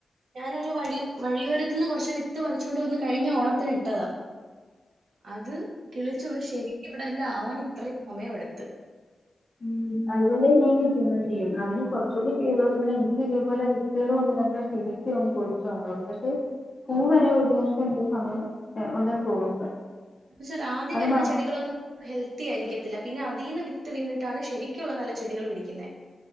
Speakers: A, on the right (about 75°); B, on the left (about 25°).
A: ഞാനൊരു വഴി വഴിയോരത്ത് നിന്ന് കുറച്ച് വിത്ത് പറിച്ചൊണ്ട് വന്ന് കഴിഞ്ഞ ഓണത്തിന് ഇട്ടതാ
B: <inaudible>
A: അത് കിളിച്ചൊന്ന് ശരിക്കും ഇവിടെ എല്ലാം ആവാൻ ഇത്രയും സമയം എടുത്ത്
B: ഉം അതുപോലെന്നെയാണ് ജമന്തിയും അതിന് കുറച്ചുകൂടി കെയർ കൊടുക്കണം എങ്കിലും ഇതേപോലെ വിത്തുകളും കൊണ്ട് നട്ടാൽ ശരിക്കു അങ് പൊടിച്ചു വന്നോളും പക്ഷെ പൂ വരെ ഒരു വർഷം എന്ത്യോ സമയം ഉണ്ടെന്ന് തോന്നുന്നു
A: എന്നുവാച്ചാൽ ആദ്യം
B: അത്
A: വരുന്ന
B: മാ
A: ചെടികളൊന്നും ഹെൽത്തി ആയിരിക്കത്തില്ല പിന്നെ അതിൽ നിന്ന് വിത്ത് വീണിട്ടാണ് ശരിക്കുള്ള നല്ല ചെടികൾ പിടിക്കുന്നത്